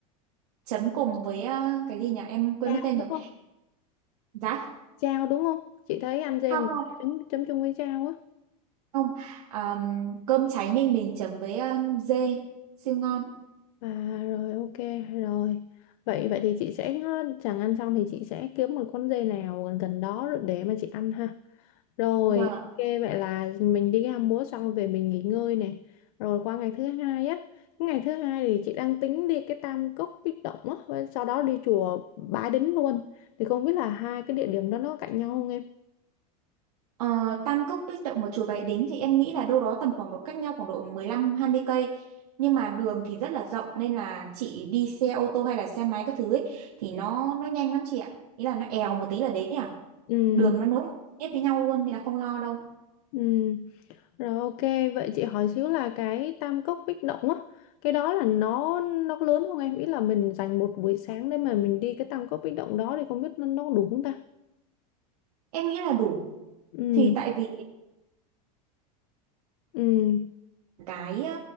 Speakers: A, on the right; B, on the left.
A: chấm cùng với ờ, cái gì nhỉ em quên
B: chao
A: mất tên
B: đúng
A: rồi
B: không?
A: giá
B: Chao đúng không? Chị thấy ăn dê
A: không
B: người
A: không
B: ta chấm chấm chung với chao á.
A: không Ờm, cơm cháy Ninh Bình chấm với ờm, dê siêu ngon
B: À rồi ok rồi. Vậy vậy thì chị sẽ ờ, chẳng ăn xong thì chị sẽ kiếm một con dê nào gần gần đó rồi để mà chị ăn ha. Rồi
A: vâng ạ
B: ok vậy là mình đi ham múa xong về mình nghỉ ngơi này. Rồi qua ngày thứ hai á. Ngày thứ hai thì chị đang tính đi cái Tam Cốc Bích Động á, và sau đó đi chùa Bái Đính luôn. Thì không biết là hai cái địa điểm đó nó cạnh nhau không em?
A: Ờ, Tam Cốc Bích Động và chùa Bái Đính thì em nghĩ là đâu đó tầm khoảng độ cách nhau khoảng độ mười lăm hai mươi cây nhưng mà đường thì rất là rộng nên là chị đi xe ô tô hay là xe máy các thứ ấy, thì nó nó nhanh lắm chị ạ ý là nó èo một tí là đến ấy à
B: Ừ
A: đường nó nối tiếp với nhau luôn nên là không lo đâu
B: ừ. Rồi ok, vậy chị hỏi xíu là cái tam cốc bích động á, cái đó là nó nó lớn không em? Ý là mình dành một buổi sáng để mà mình đi cái tam cốc bích động đó thì không biết nó nó có đủ không ta?
A: em nghĩ là đủ
B: Ừ,
A: thì tại vì
B: ừ,
A: cái ờ,